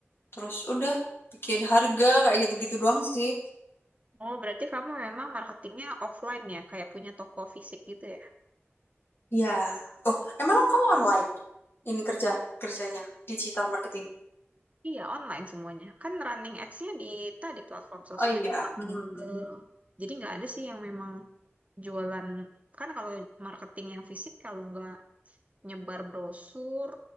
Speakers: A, on the left; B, on the right.
A: terus udah bikin harga kayak gitu-gitu doang sih.
B: Oh, berarti kamu memang marketingnya offline ya, kayak punya toko fisik gitu ya?
A: Ya, oh emang kamu online ini kerja kerjanya digital marketing?
B: Iya, online semuanya. Kan running ads-nya di tadi platform sosmed,
A: Oh iya.
B: platform
A: Hmm. hmm,
B: Google.
A: hmm.
B: Jadi nggak ada sih yang memang jualan. Kan kalau marketing yang fisik, kalau nggak nyebar brosur,